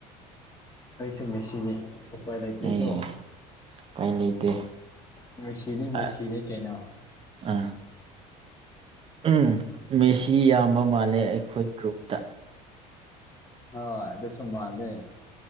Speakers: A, on the left; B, on the right.
A: ꯑꯩꯁꯨ ꯃꯦꯁꯤꯅꯤ ꯎꯄꯥꯏ ꯂꯩꯇꯦꯀꯣ
B: ꯑꯦ ꯎꯄꯥꯏ ꯂꯩꯇꯦ
A: ꯃꯦꯁꯤꯗꯤ ꯃꯦꯁꯤꯅꯤ
B: ꯑ
A: ꯀꯩꯅꯣ
B: ꯑ ꯎꯝ ꯃꯦꯁꯤ ꯌꯥꯝꯕ ꯃꯥꯜꯂꯦ ꯑꯈꯣꯏ ꯒ꯭ꯔꯨꯞꯇ
A: ꯍꯣꯏ ꯑꯗꯨꯁꯨ ꯃꯥꯟꯂꯦ